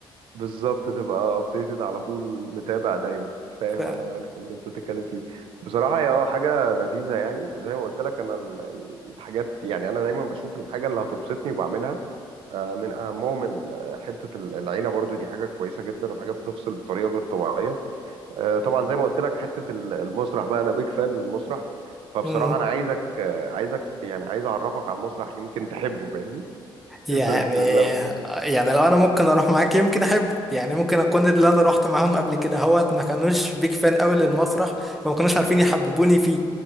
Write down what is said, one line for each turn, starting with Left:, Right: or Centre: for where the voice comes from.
Right: بالظبط تبقى ابديتد على طول متابع دايما فاهم
Centre: ف...
Right: انا عارف اللي انت بتتكلم فيه بصراحه هي اه حاجه لذيذه يعني زي ما قلت لك انا ال- ال- الحاجات يعني انا دايما بشوف الحاجه اللي هتبسطني وبعملها آه من اهمهم ال- حته ال- العيله برضو دي حاجه كويسه جدا وحاجه بتفصل بطريقه غير طبيعيه آه، طبعا زي ما قلت لك حته ال- المسرح بقى انا بيك فان للمسرح فبصراحه
Centre: مم.
Right: انا عايزك آه، عايزك يعني عايز اعرفك على المسرح يمكن تحبه فاهمني
Centre: يعني
Right: انت بت... لو
Centre: يعني لو انا ممكن اروح معاك يمكن احب يعني ممكن اكون اللي انا رحت معاهم قبل كده هوت ما كانوش بيك فان قوي للمسرح فما كانوش عارفين يحببوني فيه